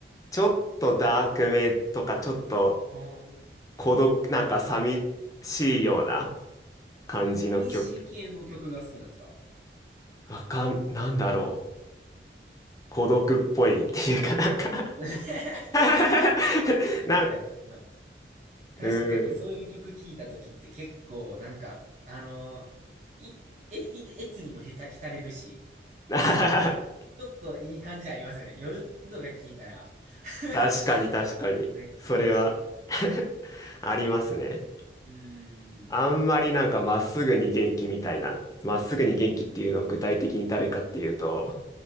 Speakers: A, on the left (about 20°); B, on the right (about 40°).
A: ちょっとダークめとか、ちょっと
B: あー
A: 孤独、なんか寂しいような感じの曲。
B: 寂しい系の曲が好きなんですか
A: わかん、なんだろう。孤独っぽいっていうかなんか
B: <laughs>
A: <laughs> なん、
B: いや、まあ、確かにそういう曲聴いた時って結構なんか、
A: うん。
B: あのーい、え、い、えつにもへた、浸れるし、
A: <laughs>
B: なんか、ちょっといい感じありますよね。夜とかに聴いたら
A: 確かに確かに。
B: <laughs> めっちゃええし。
A: それは <laughs> ありますね。
B: うー
A: あんまりなんかまっすぐに元気みたいな、
B: ん。
A: まっすぐに元気っていうのを具体的に誰かっていうと、